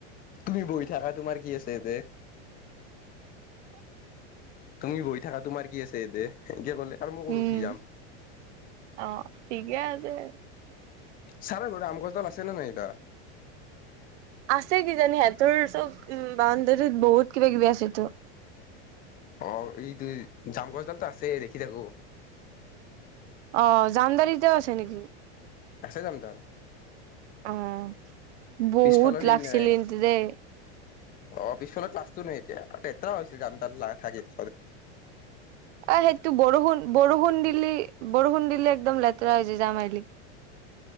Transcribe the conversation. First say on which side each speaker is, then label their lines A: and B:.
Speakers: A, on the left (about 25°); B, on the right (about 85°).
A: তুমি বহি থাকা তোমাৰ কি আছে এতে তুমি বহি থাকা তোমাৰ কি আছে এ দে সেনকে ক'লে আৰু মই ক'ত
B: উম
A: উঠি যাম
B: অ ঠিকে আছে।
A: চাৰৰ ঘৰত আম গছডাল আছে নে নাইত?
B: আছে কি জানি সিহঁ তোৰ চব উ বাউণ্ডৰীত বহুত কিবা কিবি আছে তো।
A: অ এইটো জাম গছডাল আছে দেখি থাকো।
B: অ জামদাৰিতে আছে নেকি?
A: আছে যাম তাল?
B: আহ বহুত
A: পিছফালৰ হেৰি
B: লাগছিল
A: নাই
B: কিন্তু দে
A: অ পিছফালত ক্লাছটো নাই এতিয়া ছিল যাম তাৰ থাকি ক
B: আহ সেইটো বৰষুণ বৰষুণ দিলি বৰষুণ দিলি একদম লেতেৰা হৈ যায়। <unintelligible>